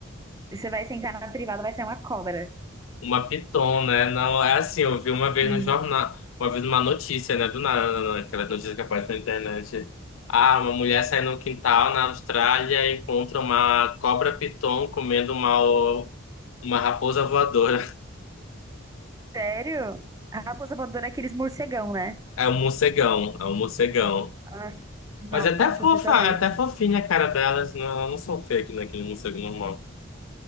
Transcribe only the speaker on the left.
Uma piton, né? Não, é assim, eu vi uma vez
no jornal, uma vez numa notícia, né? Do nada, aquelas notícias que aparece na internet. Ah, uma mulher sai no quintal na Austrália e encontra uma cobra piton comendo uma, o- uma raposa voadora. <laughs>
É um morcegão, é um morcegão.
Mas é até fofa,
é
até fofinha a cara delas, não, elas não são fake naquele morcego normal.